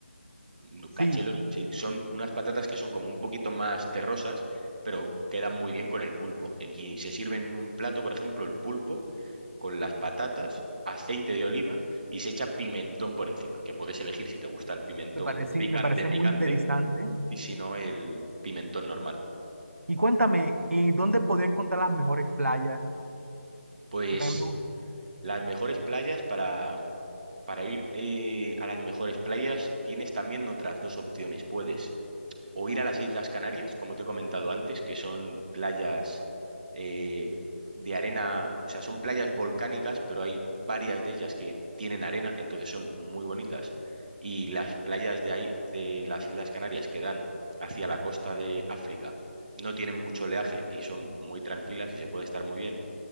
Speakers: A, on the right; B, on the right.
A: no, Cachelos,
B: Sí,
A: sí, son unas patatas que son como un poquito más terrosas, pero quedan muy bien con el pulpo. En- Y se sirven en un plato, por ejemplo, el pulpo con las patatas, aceite de oliva y se echa pimentón por encima, que puedes elegir si te gusta el pimentón
B: me parece,
A: picante,
B: me parece
A: picante,
B: muy interesante.
A: y si no, el pimentón normal.
B: Y cuéntame, ¿y dónde podría encontrar las mejores playas?
A: Pues
B: Porque también me gusta,
A: las mejores playas para... Para ir eh, a las mejores playas tienes también otras dos opciones. Puedes o ir a las Islas Canarias, como te he comentado antes, que son playas eh, de arena, o sea, son playas volcánicas, pero hay varias de ellas que tienen arena, entonces son muy bonitas. Y las playas de ahí, de las Islas Canarias que dan hacia la costa de África, no tienen mucho oleaje y son muy tranquilas y se puede estar muy bien.